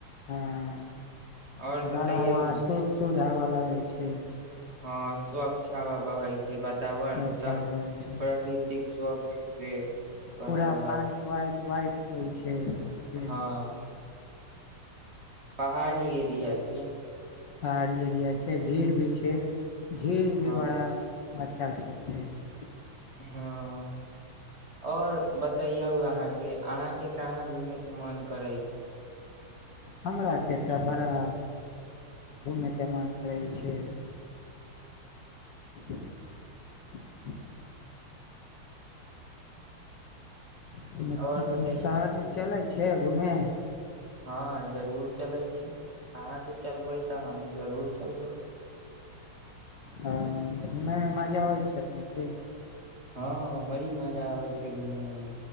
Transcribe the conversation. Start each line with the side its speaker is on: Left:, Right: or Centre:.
Left: हँ
Right: आओर
Left: बड़ा
Right: बतैयौ
Left: उहाँ
Right: ने
Left: शुद्ध शुद्ध हवा लगै छै
Right: हँ स्वच्छ हवा बहै छै ब- वातावरण
Left: स्वच्छ
Right: सब
Left: हवा होइ छै
Right: प्रकृतिक स्वच्छ से वातावरण
Left: पूरा पानी व्हाइट व्हाइट होइ छै के वहाँ के
Right: हँ पहाड़ी एरिया छै
Left: पहाड़ी एरिया छै झील भी छै झील भी
Right: हँ
Left: बड़ा म- अच्छा अच्छा तीन
Right: हँ आओर बतैयौ अहाँके अहाँके कहाँ घुमे के मन करै छै
Left: हमरा के तऽ बड़ा घूमे के मन करै छै <inaudible> <inaudible> मतलब
Right: और बतै
Left: शहर मे चलै छै <unintelligible>
Right: हँ जरूर चलै छी अहाँके चलबै तऽ हमहुँ जरूर चलबै
Left: ह घूमेय मे मजा आबै छै अपनेके
Right: हँ बड़ी मजा आबे छै घूमे मे